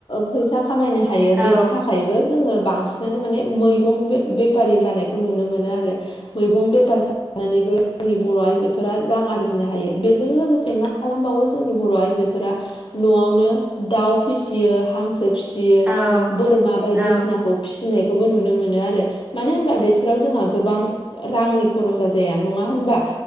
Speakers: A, on the left; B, on the right.
A: फैसा खामायनो हायो
B: औ
A: बेनि थाखाय बो जोङो बांसिनानो माने मैगं बेफारि जानायखौ नुनो मोनो आरो। मैगं बेफार खालामनानैबो जोंनि बर' आइजोफोरा रां आरजिनो हायो बेजों लोगोसे मा खालामबावो जोंनि बर' आइजोफोरा न'आवनो दाउ फिसियो हांसो फिसियो
B: औ
A: बोरमा बायदिसिनाखौ
B: औ
A: फिसिनायखौबो नुनो मोनो आरो मानो होनबा बिसोराव जोंहा गोबां रांनि खरसा जाया नङा होनबा